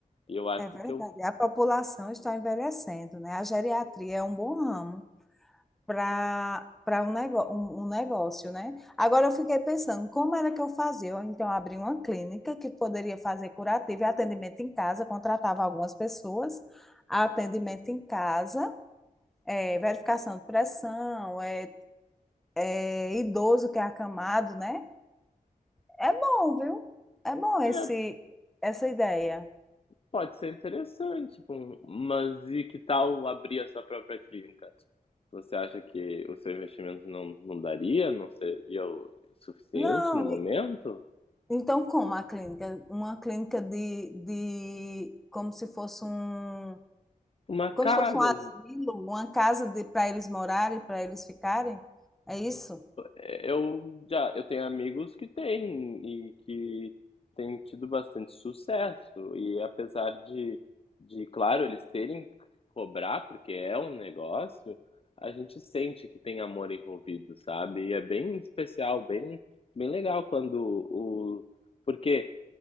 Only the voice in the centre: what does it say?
é verdade,
a população está envelhecendo, né? A geriatria é um bom ramo. para para um, nego um, um negócio, né? Agora eu fiquei pensando, como era que eu fazia? Eu, então, abri uma clínica que poderia fazer curativo e atendimento em casa, contratava algumas pessoas, atendimento em casa, eh, verificação de pressão, é, é, idoso que é acamado, né? É bom, viu? É bom esse,
essa ideia.
Não,
e- então como a clínica? Uma clínica de, de como se fosse um
Como
se fosse um asilo, uma casa para eles morarem, para eles ficarem. É isso?